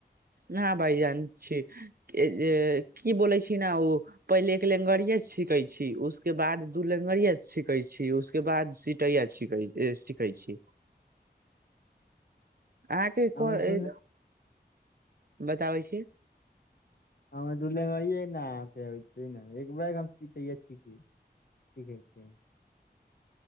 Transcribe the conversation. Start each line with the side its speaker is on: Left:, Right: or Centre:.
Right: न भाई जान छी की बनैछ न ओ पहिले एक लेंगरिये सीखै छी उसके बाद दू लेंगरिया सीखै छी उसके बाद सिटैया सीखै छी आहां
Left: हमर
Right: कोई अई
Left: दू
Right: बताबै छी
Left: हममे दूलंगरिये ने आबैछ एक ब हम सीै छी सीखै छी